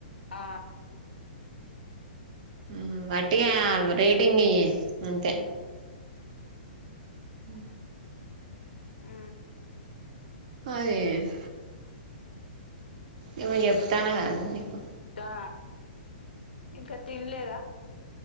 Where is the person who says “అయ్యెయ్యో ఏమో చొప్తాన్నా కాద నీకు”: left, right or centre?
Right